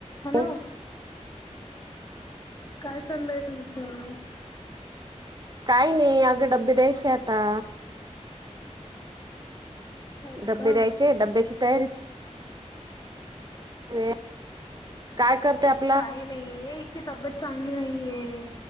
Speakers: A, on the left (about 35°); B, on the right (about 35°).
A: हॅलो
B: हो
A: काय चाललंय तुमचं?
B: काय नाही, अगं डब्बे द्यायचे आता.
A: हो
B: डब्बे
A: का?
B: द्यायचे, डब्याची तयारी ते काय करते आप
A: काय नाही, हिची तब्येत चांगली नाहीये,